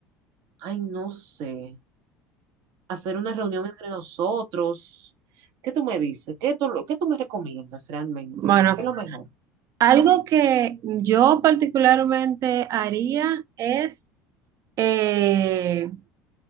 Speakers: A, on the right; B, on the right.
A: ay, no sé, hacer una reunión entre nosotros. ¿Qué tú me dices? ¿Qué tú, qué tú me recomiendas realmente?
B: Bueno,
A: ¿Qué es lo mejor?
B: algo que yo particularmente haría es, eh,